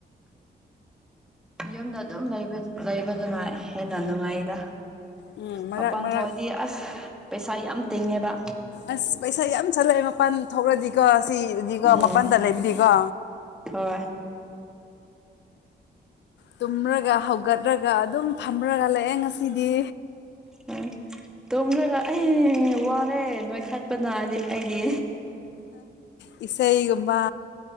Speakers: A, in the centre; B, on the left.
A: ꯌꯨꯝꯗ ꯑꯗꯨꯝ ꯂꯩꯕꯗꯨ ꯅꯨꯡꯉꯥꯏ ꯍꯦꯟꯅ ꯅꯨꯡꯉꯥꯏꯗ
B: ꯎꯝ ꯃꯔꯛ
A: ꯃꯄꯥꯟ
B: ꯃꯔꯛ
A: ꯊꯣꯛꯑꯗꯤ ꯑꯁ ꯄꯩꯁꯥ ꯌꯥꯝ ꯇꯤꯡꯉꯦꯕ
B: ꯑꯁ ꯄꯩꯁꯥ ꯌꯥꯝ ꯆꯠꯂꯛꯑꯦ ꯃꯄꯥꯟ ꯊꯣꯛꯂꯗꯤꯒ ꯁꯤꯗꯤꯒ
A: ꯎꯝ
B: ꯃꯄꯥꯟꯗ ꯂꯩꯕꯗꯤꯒ
A: ꯍꯣꯏ
B: ꯇꯨꯝꯔꯒ ꯍꯧꯒꯠꯂꯒ ꯑꯗꯨꯝ ꯐꯝꯔꯒ ꯂꯩꯑꯦ ꯉꯁꯤꯗꯤ
A: ꯎꯝ ꯇꯨꯝꯂꯒ ꯑꯩ ꯋꯥꯔꯦ ꯅꯣꯏꯈꯠꯄꯅꯗꯤ ꯑꯩꯗꯤ
B: ꯏꯁꯩꯒꯨꯝꯕ